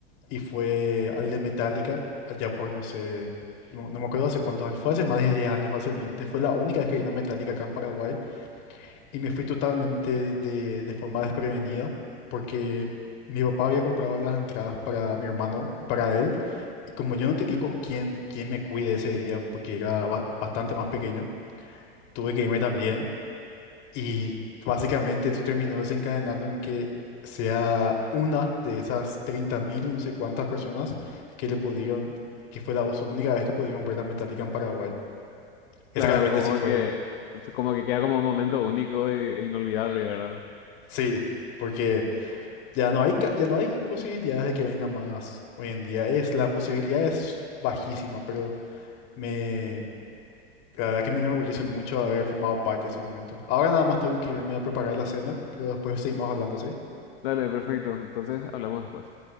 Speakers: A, on the left (about 45°); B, on the left (about 60°).
A: y fue al de Metallica, allá por no sé, no, no me acuerdo hace cuántos años, fue hace más de 10 años fácilmente, fue la única vez que vino Metallica acá en Paraguay y me fui totalmente de, de forma desprevenida porque mi papá había comprado las entradas para mi hermano y para él y como yo no tenía con quién, quién me cuide ese día porque era ba- bastante más pequeño, tuve que irme también. Y básicamente esto terminó desencadenando en que sea una de esas 30.000 no sé cuántas personas que le pudieron, que fue la su única vez que pudieron ver la Metallica en Paraguay. Esa
B: Claro,
A: realmente
B: como
A: sí fue,
B: que, es como que queda como un momento único e, e inolvidable, ¿verdad?
A: sí, porque ya no hay, ca- ya no hay posibilidades de que venga más hoy en día. Es, la posibilidad es bajísima, pero me, la verdad que me enorgullece mucho haber formado parte de ese momento. Ahora nada más tengo que irme a preparar la cena, pero después seguimos hablando, ¿sí?
B: Dale, perfecto. Entonces hablamos después.